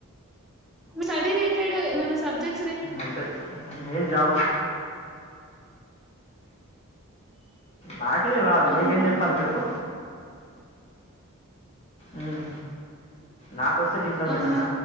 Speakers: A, in the centre; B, on the left.
A: స్టడీ రిలేటెడ్ ఏమన్నా సబ్జెక్ట్
B: అంతే మెయిన్ జాబ్ నాకేం రాదు
A: అవునా
B: నీకేం చెప్పాలి చెప్పు మ్మ్. నాకొస్తే గిట్లా ఉండేటోన్న
A: అవునా